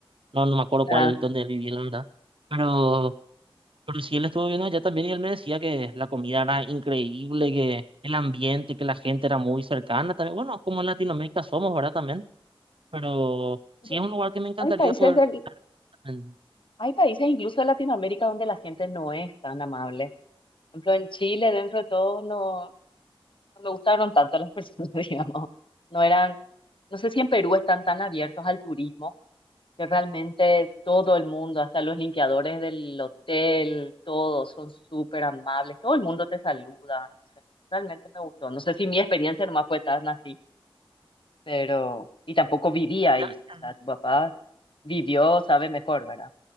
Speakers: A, on the right (about 65°); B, on the left (about 60°).
A: no, no me acuerdo
B: sea,
A: cuál, dónde él vivía, la verdad. Pero, pero sí, él estuvo viendo allá también y él me decía que la comida era increíble, que el ambiente, que la gente era muy cercana también. Bueno, como en Latinoamérica somos, ¿verdad? También. Pero
B: Pero-
A: sí es un lugar que me encantaría
B: hay países
A: poder
B: del,
A: ver también.
B: hay países incluso de Latinoamérica donde la gente no es tan amable. Por ejemplo, en Chile, dentro de todo, no, no me gustaron tanto las personas, <laughs> digamos. No eran, no sé si en Perú están tan abiertos al turismo. que realmente todo el mundo, hasta los limpiadores del hotel, todos son súper amables, todo el mundo te saluda. o sea, realmente me gustó. No sé si mi experiencia nomás fue tan así, pero, y tampoco viví ahí.
A: Gracias.
B: O sea, tu papá vivió, sabe mejor, ¿verdad?